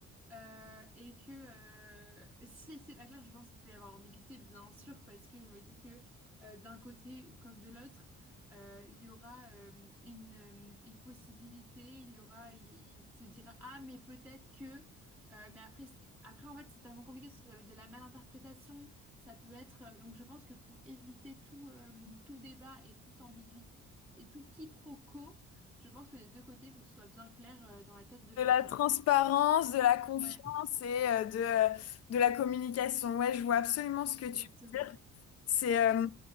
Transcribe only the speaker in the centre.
euh, et que euh, si c'est pas clair, je pense qu'il peut y avoir ambiguïté, bien sûr, parce que je me dis que euh, d'un côté ou comme de l'autre, euh, il y aura euh, une, euh, une possibilité, il y aura, il, il se dira ah mais peut-être que, euh, mais après c'est- après en fait c'est tellement compliqué parce que ça va être de la malinterprétation, ça peut être euh, donc je pense que pour éviter tout euh, tout débat et toute ambiguïté et tout quiproquo je pense que des deux côtés, il faut que ce soit bien clair euh, dans la tête de chacun,
quoi.
Ouais,
exactement.
Parce que...